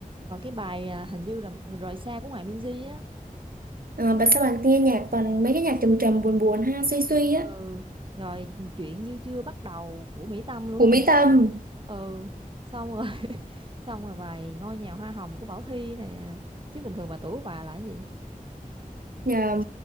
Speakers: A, on the right; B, on the right.
A: rồi cái bài à, hình như là rời xa của Hoài Minzy á
B: Ờ, bạn sao bạn nghe nhạc toàn mấy cái nhạc trầm trầm buồn buồn ha, suy suy
A: ừ
B: á.
A: rồi chuyện như chưa bắt đầu của Mỹ Tâm luôn
B: Của
A: nè
B: Mỹ Tâm,
A: ừ xong rồi <laughs> xong rồi vài ngôi nhà hoa hồng của Bảo Thy nè chứ bình thường mà tuổi của bà là cái gì
B: nhờ